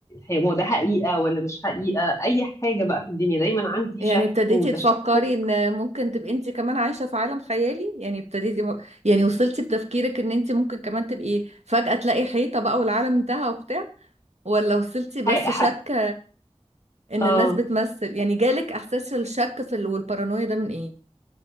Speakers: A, on the left (about 30°); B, on the right (about 85°).
A: هو ده حقيقة ولا مش حقيقة أي حاجة بقى في الدنيا دايما عندي
B: يعني
A: شك
B: ابتديتي
A: وتشكك
B: تفكري ان ممكن تبقي انت كمان عايشة في عالم خيالي يعني ابتديتي م- يعني وصلتي بتفكيرك ان انت ممكن كمان تبقي فجأة تلاقي حيطة بقى والعالم انتهى وبتاع ولا وصلتي بس
A: حق حق
B: شك ان
A: آه
B: الناس بتمثل يعني جالك احساس الشك في ال- والبارانويا ده من ايه